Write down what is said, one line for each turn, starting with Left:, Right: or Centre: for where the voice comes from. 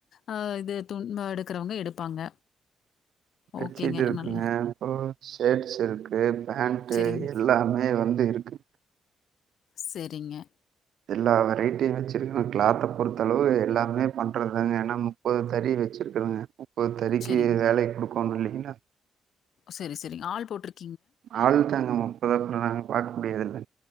Left: அ இது துண்டு எடுக்கிறவங்க எடுப்பாங்க
Right: பெட்ஷீட்
Left: ஓகேங்க.
Right: இருக்குங்க
Left: நல்லா
Right: அப்பறோ சேட்ஸ் இருக்கு பேண்ட்டு
Left: சரிங்க.
Right: எல்லாமே வந்து இருக்கு
Left: செரிங்க
Right: எல்லா வெரைட்டியு வச்சிரு <unintelligible> கிளாத்த பொறுத்தளவு எல்லாமே பண்றதுதாங்க ஏன்னா முப்பது தறி வச்சிருக்கறங்க ஒரு தறிக்கு
Left: சரிங்க.
Right: வேலை குடுக் <unintelligible>
Left: செரி செரிங்க ஆள் போட்டுருக்
Right: ஆள்தாங்க முப்பத் <unintelligible> நாங்க பாக் முடியாதுல்ல